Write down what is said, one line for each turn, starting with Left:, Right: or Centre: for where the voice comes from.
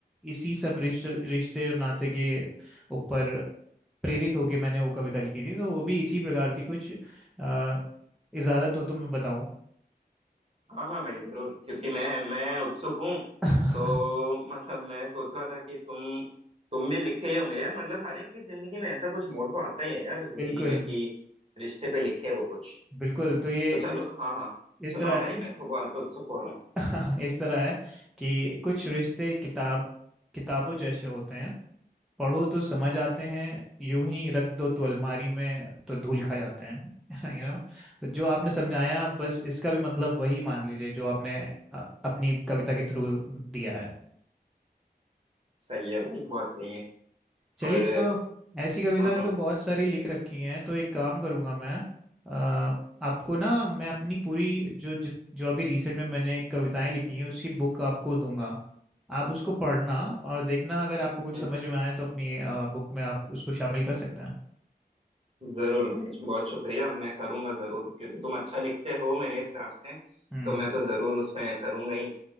Centre: इसी सब रिश्ते रिश्ते और नाते के ऊपर प्रेरित होके मैंने वो कविता लिखी थी तो वो भी इसी प्रकार थी कुछ अ, इजाजत हो तो मैं बताऊं
Right: हाँ हाँ भाई जरूर क्योंकि मैं मैं उत्सुक हूँ
Centre: <laughs>
Right: तो मतलब मैं सोच रहा था कि तुम तुम भी लिखे ही होंगे यार मतलब हर एक की जिंदगी में ऐसा कुछ मोड़ तो आता ही है यार जिंदगी
Centre: बिल्कुल
Right: में कि रिश्ते पे लिखे वो कुछ
Centre: बिल्कुल तो ये
Right: तो चलो
Centre: इस
Right: हाँ हाँ
Centre: इस
Right: सुनाओ
Centre: तरह
Right: भाई
Centre: है
Right: मैं तो बहुत उत्सुक हो रहा हूँ
Centre: <laughs> इस तरह है कि कुछ रिश्ते किताब किताबों जैसे होते हैं पढ़ो तो समझ आते हैं यूं ही रख दो तो अलमारी में तो धूल खा जाते हैं <laughs> You know तो जो आपने समझाया बस इसका भी मतलब वही मान लीजिए जो आपने अ- अपनी कविता के थ्रू दिया है
Right: सही है भाई बहुत सही है
Centre: चलिए
Right: और
Centre: तो ऐसी कविताएं
Right: अ, हाँ हाँ
Centre: तो बहुत सारी लिख रखी हैं तो एक काम करूंगा मैं अ, आपको ना मैं अपनी पूरी जो जित- जो अभी रिसेंट में मैंने कविताएं लिखी हैं उसकी बुक आपको दूंगा आप उसको पढ़ना और देखना अगर आपको कुछ
Right: हम्म।
Centre: समझ में आए तो अपनी बुक में आप उसको शामिल कर सकते हैं
Right: जरूर भाई बहुत शुक्रिया मैं करूंगा जरूर क्योंकि तुम अच्छा लिखते हो मेरे हिसाब से
Centre: हम्म
Right: तो मैं तो जरूर उसमें करूंगा ही